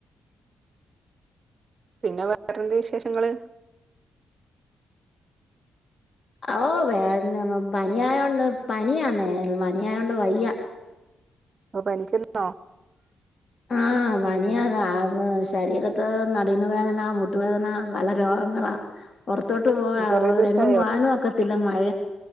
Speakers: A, on the right; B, on the left.
A: പിന്നെ വേറെ എന്ത് വിശേഷങ്ങള്.
B: ഓ വേറെ പനിയായോണ്ട് പനിയാ നേ പനിയായോണ്ട് വയ്യ.
A: ഇപ്പൊ പനിക്കുനോ?
B: ആഹ് പനിയാട <unintelligible> ശരീരത്ത് നടുവിന്ന് വേദനാ. മു ട്ടുവേദന പല രോഗങ്ങള. പൊറത്തോട്ട് പോഹ
A: കൊറേ ദിവസായോ
B: ഏ ങ്ങും പോ ആനും ഒക്കെ മഴ